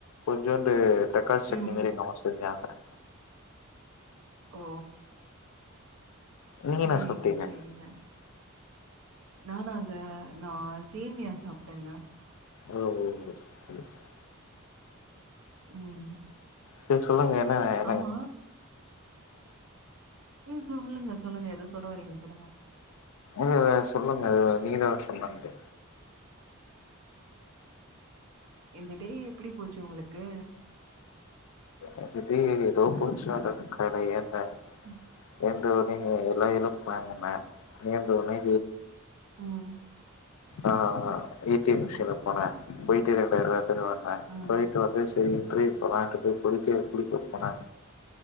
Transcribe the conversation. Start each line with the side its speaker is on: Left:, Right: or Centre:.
Left: கொஞ்சோண்டு தக்காளி சட்னி
Right: ம்
Left: மாரி எங்க அம்மா செஞ்சாங்க
Right: ஓ
Left: நீங்க
Right: சேரிங்க
Left: என்ன சாப்ட்டீங்க
Right: சேரிங்க நானாங்க நா சேமியா சாப்ட்டேங்க
Left: ஓ ஓ சரி சரி
Right: ம்
Left: செரி சொல்லுங்க என்ன என்னங்க
Right: ஆமா ம் சொல்லுங்க சொல்லுங்க ஏதோ சொல்ல வரீங்க சொல்லுங்க
Left: இ சொல்லுங்க அது நீங்கதா சொன்னாங்கட்டு
Right: இந்த டே எப்டி போச்சு உங்ளுக்கு
Left: அது டே ஏதோ போச்சு மேடம் கடயே இல்ல
Right: ஆ
Left: எங்க வரீங்க எல்லா <unintelligible> ஏன்த்தோனே
Right: ம்
Left: ஆ ஆ ஏ டி எம் மிஷின்ல போன போயிட்டு ரெண்டாயிரவா எத்துனு வந்த
Right: ம்
Left: வந்து சரி ட்ரைவ் போலான் போ போய் குடிக்க குடிக்க போன